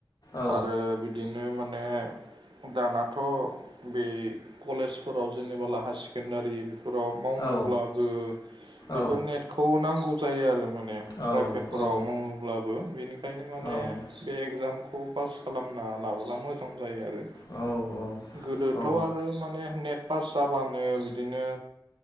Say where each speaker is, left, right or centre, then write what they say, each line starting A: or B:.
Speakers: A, on the left (about 55°); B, on the right (about 80°).
A: औ
B: आरो बि दिनो माने दानाथ बे कलेजफोराव जेनेबोला हायार सेकेणडारि फोराव मावनोब्लाबो
A: औ
B: बेफोर
A: औ
B: नेटखौ नांगौ जायो आरो माने
A: औ
B: प्राइभेटफोराव मावोब्लाबो बेनिखायनो माने
A: औ ओम
B: बे एगजामखौ पास खालामना लाबोला मोजां जायो आरो
A: औ
B: गोदोथ आरो माने नेट पास जाबानो बिदिनो